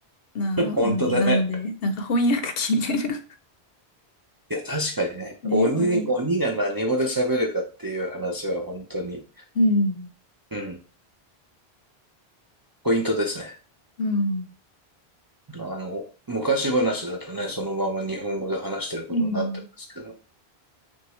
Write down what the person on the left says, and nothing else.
な、
なので、なんか翻訳機みたいな。
<laughs> ね、
鬼。
うん。
うん。
うん。